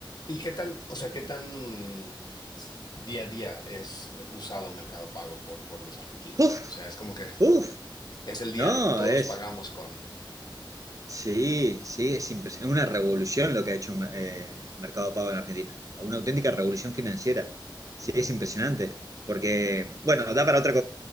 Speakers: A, on the left; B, on the right.
A: ¿Y qué tan, o sea, qué tan s- día a día es eh, usado Mercado Pago por, por los argentinos?
B: Uf,
A: O sea, es como que
B: uf,
A: es el diario.
B: no,
A: Todos
B: es,
A: pagamos con,
B: sí, sí, es impresionante, es una revolución lo que ha hecho eh, Mercado Pago en Argentina, una auténtica revolución financiera. Sí, es impresionante, porque, bueno, da para otra